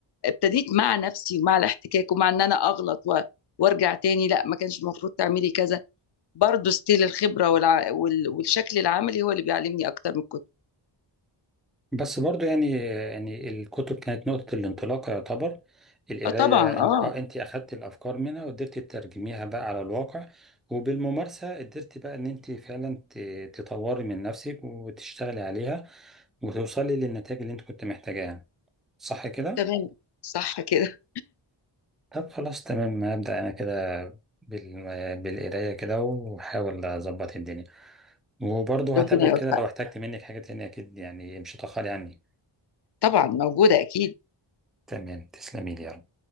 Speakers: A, on the left (about 60°); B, in the centre.
A: ابتديت مع نفسي ومع الاحتكاك ومع ان انا اغلط و... وارجع تاني لا ما كانش المفروض تعملي كذا برضه ستيل الخبره والع... وال... والشكل العملي هو اللي بيعلمني اكتر من الكتب
B: بس برضو يعني يعني الكتب كانت نقطة الانطلاق يعتبر القراية
A: اه طبعا اه
B: انت اه انت اخدت الافكار منها وقدرتي تترجميها بقى على الواقع وبالممارسة قدرتي بقى ان انت فعلا ت- تطوري من نفسك وتشتغلي عليها وتوصلي للنتائج اللي انت كنت محتاجاها يعني. صح كده؟
A: تمام، صح كده،
B: طب خلاص تمام هبدأ أنا كده بال... بالقراية كده وأحاول أظبط الدنيا وبرضه
A: <laughs> ربنا
B: هتابعك
A: يوفقك،
B: كده لو احتجت منك حاجة تانية أكيد يعني مش هتأخري عني
A: طبعًا موجودة أكيد.
B: تمام تسلمي لي يا رب.